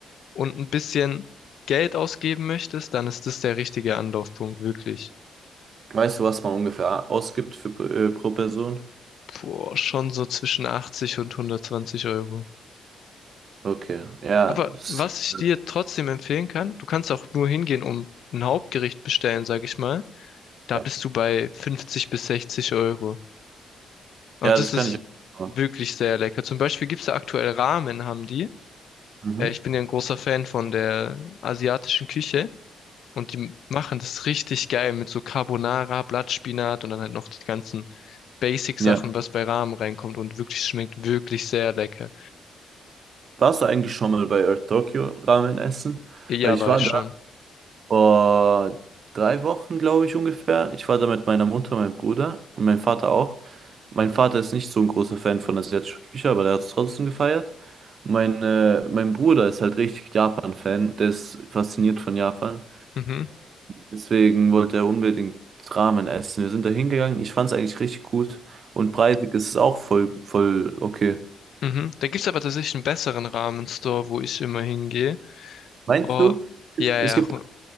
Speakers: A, on the left; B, on the right.
A: und ein bisschen Geld ausgeben möchtest, dann ist das der richtige Anlaufpunkt, wirklich.
B: Weißt du, was man ungefähr ausgibt für, äh, pro Person?
A: Boah, schon so zwischen 80 und 120 Euro.
B: Okay. Ja,
A: Aber
B: das,
A: was ich
B: äh,
A: dir trotzdem empfehlen kann, du kannst auch nur hingehen, um ein Hauptgericht bestellen, sag ich mal. Da
B: ja.
A: bist du bei 50 bis 60 Euro. Und
B: Ja,
A: das
B: das
A: ist
B: kann ich auch. machen.
A: wirklich sehr lecker. Zum Beispiel gibt's da aktuell Ramen, haben die.
B: Mhm.
A: Äh, Ich bin ja ein großer Fan von der asiatischen Küche. Und die machen das richtig geil mit so Carbonara, Blattspinat und dann halt noch die ganzen Basic-Sachen,
B: Ja.
A: was bei Ramen reinkommt und wirklich schmeckt wirklich sehr lecker.
B: Warst du eigentlich schon mal bei Earth Tokyo Ramen essen?
A: Ja,
B: Weil ich
A: weiß
B: war
A: schon.
B: da vor drei Wochen, glaube ich, ungefähr. Ich war da mit meiner Mutter, meinem Bruder und meinem Vater auch. Mein Vater ist nicht so ein großer Fan von asiatischer Küche, aber der hat es trotzdem gefeiert. Und mein, äh, mein Bruder ist halt richtig Japan-Fan. Der ist fasziniert von Japan.
A: Mhm,
B: Deswegen wollte er unbedingt Ramen essen. Wir sind da hingegangen. Ich fand es eigentlich richtig gut. Und preisig ist es auch voll, voll okay.
A: mhm. Da gibt's aber tatsächlich einen besseren Ramen-Store, wo ich immer hingehe.
B: Meinst
A: Oh,
B: du?
A: ja,
B: Es
A: ja,
B: gibt,
A: hu-